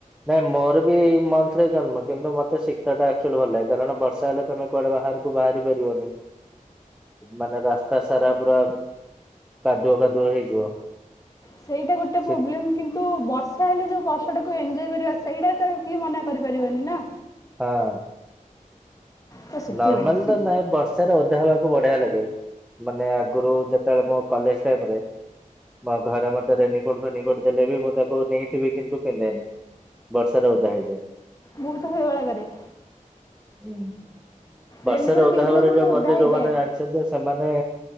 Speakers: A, in the centre; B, on the left.
A: ନାଇଁ ମୋର ବି ଏଇ ମନ୍ଥ ରେ ଜନ୍ମ କିନ୍ତୁ ମତେ ଶୀତଟା ଆକ୍ଚୁଆଲି ଭଲ ଲାଗେ କାରଣ ବର୍ଷା ହେଲେ ତମେ କୁଆଡେ ବା ବାହାରକୁ ବାହାରି ପାରିବନି। ମାନେ ରାସ୍ତା ସାରା ପୁରା କାଦୁଅ କାଦୁଅ ହେଇଯିବ।
B: ସେଇଟା ଗୋଟେ
A: ସେ
B: ପ୍ରୋବ୍ଲେମ କିନ୍ତୁ ବର୍ଷ ହେଲେ ଯେଉଁ ବର୍ଷଟାକୁ ଏଞ୍ଜୟ କରିବା ସେଇଟା ତ କିଏ ମନା କରିପାରିବନି ନା?
A: ହଁ?
B: ତ ସେଥିପାଇଁ
A: ନର୍ମାଲ
B: ଶୀ-
A: ତ ନାଇଁ ବର୍ଷାରେ ଓଧା ହେବାକୁ ବଢିଆ ଲାଗେ। ମାନେ ଆଗରୁ ଯେତେବେଳେ ମୋ କଲେଜ ଟାଇମରେ ମୋ ଘରେ ମୋତେ ରେନିକୋର୍ଟ ଫେଣିକୋର୍ଟ ଦେଲେବି ମୁଁ ତାକୁ ନେଇଯିବି କିନ୍ତୁ ପିନ୍ଧେନି। ବର୍ଷାରେ ଓଦା ହେଇଯାଏ।
B: ମୁଁ ବି ତା ସେଇ ଭଳିଆ କରେ।
A: ହୁଁ ବର୍ଷାରେ
B: ରେନିକୋଟ୍
A: ଓଦା
B: ପିନ୍ଧିଲେ
A: ହବାରେ
B: ବି
A: ଯୋଉ
B: ମୁଁ ଓଦା
A: ମ ଯୋଉମାନେ
B: ହେଇଯାଏ
A: ଜାଣିଛନ୍ତି ସେମାନେ